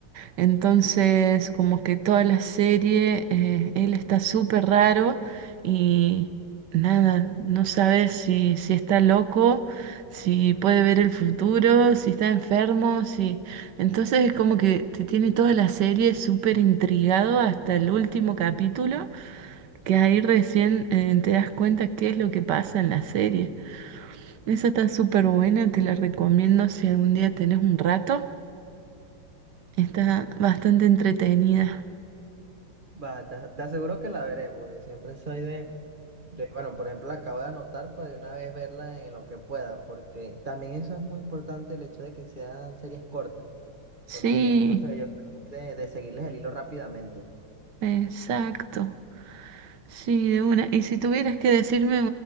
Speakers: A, on the right; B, on the right.
A: Entonces, como que toda la serie, eh, él está súper raro y nada, no sabes si, si está loco, si puede ver el futuro, si está enfermo, si... Entonces es como que te tiene toda la serie súper intrigado hasta el último capítulo, que ahí recién eh, te das cuenta qué es lo que pasa en la serie. Esa está súper buena, te la recomiendo si algún día tenés un rato. Está bastante entretenida.
B: Va, te, te aseguro que la veré, porque siempre soy de, de, bueno, por ejemplo, la acabo de anotar para de una vez verla en lo que pueda, porque también eso es muy importante el hecho de que sean series cortas,
A: Sí,
B: porque no sé, yo soy de, de seguirles el hilo rápidamente.
A: exacto. Sí, de una. Y si tuvieras que decirme,